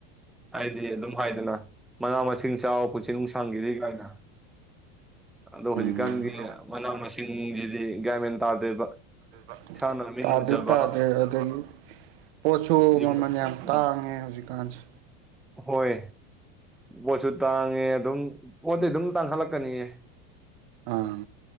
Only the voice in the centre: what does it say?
ꯑꯩ ꯑꯗꯨꯝ ꯍꯥꯏꯗꯅ ꯃꯥꯅꯥ ꯃꯁꯤꯡ ꯆꯥꯎ ꯄꯨꯟꯁꯤ ꯅꯨꯡꯁꯥꯡꯒꯦꯗꯤ ꯒꯥꯏꯅ ꯑꯗꯣ
ꯍꯧꯖꯤꯛꯀꯥꯟꯗꯤ ꯃꯥꯅꯥ ꯃꯁꯤꯡꯖꯤꯗꯤ ꯒ꯭ꯌꯥꯟ ꯃꯦꯟꯗ ꯇꯥꯗꯦꯕ
ꯏꯁꯥꯅ ꯃꯤꯠꯅ
ꯎꯖꯕ
ꯌꯨꯝ
ꯎꯝ
ꯍꯣꯏ ꯕꯣꯠꯁꯨ ꯇꯥꯡꯉꯦ ꯑꯗꯨꯝ ꯄꯣꯠꯇꯤ ꯑꯗꯨꯝ ꯇꯥꯡꯁꯤꯟꯂꯛꯀꯅꯤꯌꯦ꯫